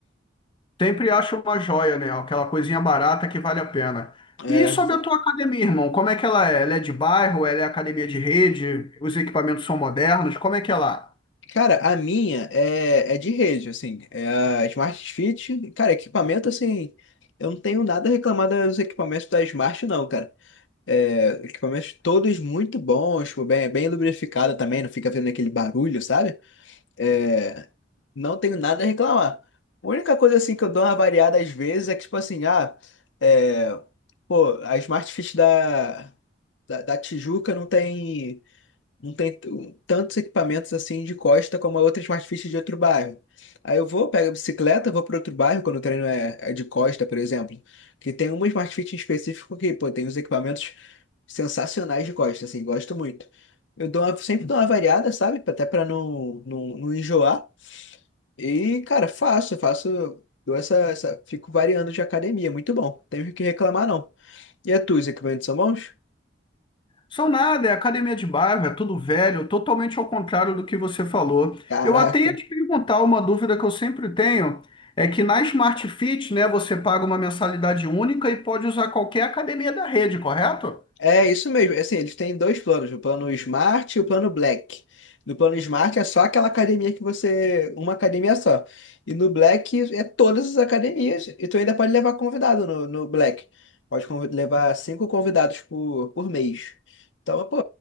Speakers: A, on the left; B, on the left.
A: Sempre acho uma joia, né? Aquela coisinha barata que vale a pena.
B: É,
A: E sobre a tua academia, irmão, como é que ela é? Ela é de bairro? Ela é academia de rede? Os equipamentos são modernos? Como é que ela é?
B: cara, a minha é, é de rede, assim, é a Smart Fit. Cara, equipamento, assim, eu não tenho nada a reclamar dos equipamentos da Smart, não, cara. É, equipamentos todos muito bons, tipo, bem, bem lubrificado também, não fica vendo aquele barulho, sabe? É, não tenho nada a reclamar. A única coisa assim que eu dou uma variada às vezes é que, tipo assim, ah, é, pô, a Smart Fit da, da, da Tijuca não tem não tem t- um, tantos equipamentos assim de costa como a outra Smart Fit de outro bairro. Aí eu vou, pego a bicicleta, vou para outro bairro, quando o treino é, é de costa, por exemplo, que tem uma Smart Fit em específico que, pô, tem uns equipamentos sensacionais de costa, assim, gosto muito. Eu dou uma- sempre dou uma variada, sabe? Até para não, não, não enjoar. E, cara, faço, faço, dou essa, essa, fico variando de academia, muito bom. Tenho que reclamar, não. E a tua, os equipamentos são bons?
A: São nada, é academia de bairro, é tudo velho, totalmente ao contrário do que você falou.
B: caraca
A: Eu até ia te perguntar uma dúvida que eu sempre tenho, é que na Smart Fit, né, você paga uma mensalidade única e pode usar qualquer academia da rede, correto?
B: É isso mesmo. Assim, eles têm dois planos, o plano Smart e o plano Black. No plano Smart é só aquela academia que você, uma academia só. E no Black é todas as academias. E tu ainda pode levar convidado no, no Black. Pode convi- levar cinco convidados por, por mês. Então, pô,